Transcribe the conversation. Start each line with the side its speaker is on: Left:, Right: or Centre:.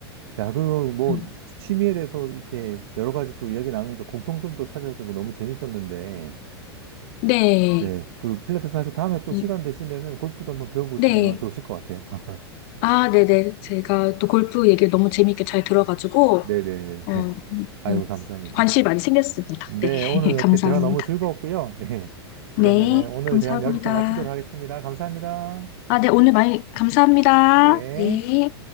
Right: 야, 그, 뭐,
Left: 음.
Right: 취미에 대해서 이렇게 여러 가지 또 이야기 나누니까 공통점도 찾아주고 너무 재밌었는데,
Left: 네.
Right: 네, 그 필라테스 하고 다음에 또
Left: 이,
Right: 시간 되시면은 골프도 한번 배워보시면
Left: 네.
Right: 좋으실 것 같아요. <laughs>
Left: 아, 네네. 제가 또 골프 얘기를 너무 재밌게 잘 들어가지고,
Right: 네네네.
Left: 어,
Right: 아유,
Left: 네.
Right: 감사합니다.
Left: 관심이 많이 생겼습니다.
Right: 네,
Left: 네.
Right: 오늘
Left: <laughs>
Right: 이렇게
Left: 감사합니다.
Right: 대화 너무 즐거웠고요. 예. 그러면은
Left: 네.
Right: 오늘
Left: 감사합니다.
Right: 대화 여기서 마치도록 하겠습니다. 감사합니다.
Left: 아, 네. 오늘 많이 감사합니다.
Right: 네.
Left: 네.